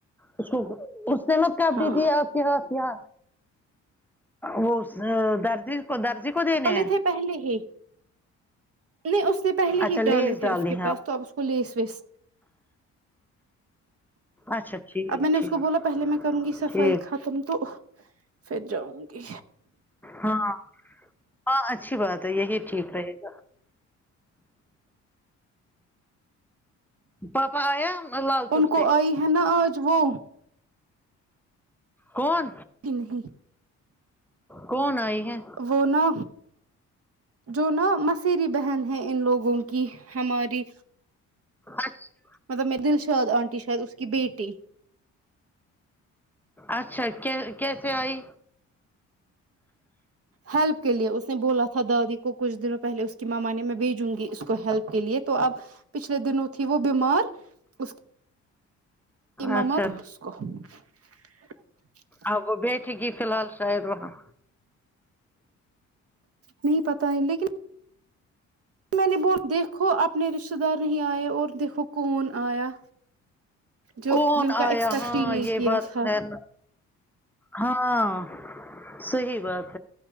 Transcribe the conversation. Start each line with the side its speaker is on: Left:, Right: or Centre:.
Centre: اس کو اس نے مت کپڑے
Right: ہاں
Centre: دی آپ کیا کیا وہ درجی کو درجی کو دینے
Right: ڈالے
Centre: ہیں
Right: تھے پہلے ہی نہیں اس نے پہلے
Centre: اچھا
Right: ہی
Centre: لیس
Right: ڈالے تھے
Centre: ڈالنی
Right: اس کے
Centre: ہے
Right: پاس تو آپ اس کو لیس ویس
Centre: اچھا ٹھیک
Right: اب میں نے اس
Centre: ٹھیک
Right: کو بولا پہلے میں کروں گی صفائی
Centre: ٹھیک
Right: ختم تو پھر جاؤں گی
Centre: ہاں ہاں اچھی بات ہے یہی ٹھیک رہے گا پاپا آیا لال چوک
Right: ان
Centre: سے
Right: کو آئی ہے نا آج وہ
Centre: کون
Right: نہیں
Centre: کون آئی ہے
Right: وہ نا جو نا مسیری بہن ہے ان لوگوں کی ہماری
Centre: اچھا
Right: مطلب میں دلشاد آنٹی شاید اس کی بیٹی
Centre: اچھا کیسے آئی
Right: ہیلپ کے لیے اس نے بولا تھا دادی کو کچھ دنوں پہلے اس کی ماما نے میں بھیجوں گی اس کو ہیلپ کے لیے تو اب پیچھلے دنوں تھی وہ بیمار اس <unintelligible>
Centre: اچھا اب وہ بیٹھے گی فی الحال شاید وہاں
Right: نہیں پتا لیکن میں نے اب دیکھو اپنے رشتے دار نہیں آئے اور دیکھو کون آیا جو
Centre: کون
Right: جن کا
Centre: آیا
Right: ایکسپیکٹ
Centre: ہاں
Right: ہی نہیں
Centre: یہ
Right: کیا
Centre: بات
Right: تھا
Centre: تو ہے نا ہاں صیح بات